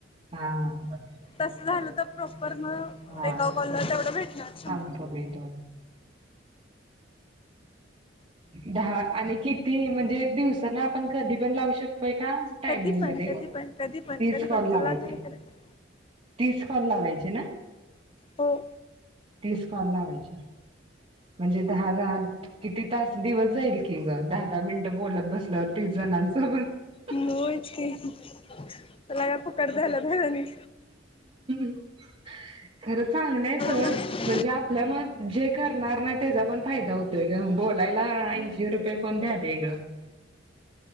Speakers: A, on the right (about 35°); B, on the left (about 30°).
A: हा
B: तसं झालं तर प्रॉपर मग
A: हा
B: एका कॉलला तेवढं भेटणार शंभर
A: सांगतो मीट दहा आणि किती म्हणजे दिवस तर ना आपण कधी पण लावू शकतो. टायमिंग
B: कधी पण
A: मध्ये
B: कधी पण कधी पण
A: तीस
B: कधी पण
A: कॉल लावायचे
B: तुला काय करायचं
A: तीस कॉल लावाय चे ना.
B: हो
A: तीस दहा कॉल लावायचे म्हणजे दहा दहा किती तास दिवस जाईल की ग दहा दहा मिनट बोलत. बसल्यावर तीस जणांसोबत.
B: व्हय च की तुला काय फुकट द्यालयात व्हय ते नी.
A: <unintelligible> खरं चांगलंय हाय सोड
B: मग
A: म्हणजे आपल्या म जे करणार नाही त्याचा पण फायदा होतोय ग बोलायला ऐंशी रुपये कोण द्यालय ग.